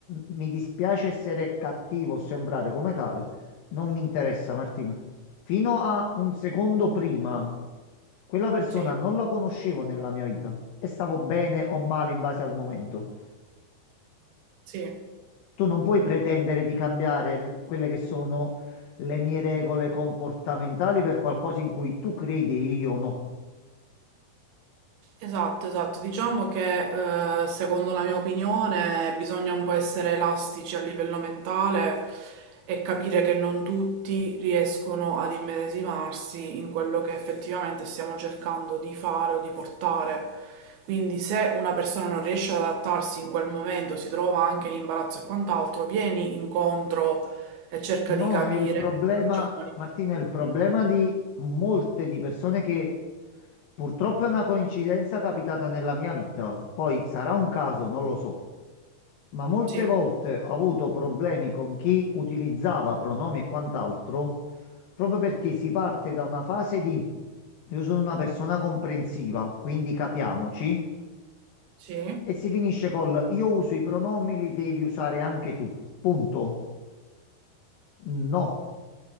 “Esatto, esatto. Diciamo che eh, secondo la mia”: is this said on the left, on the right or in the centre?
Right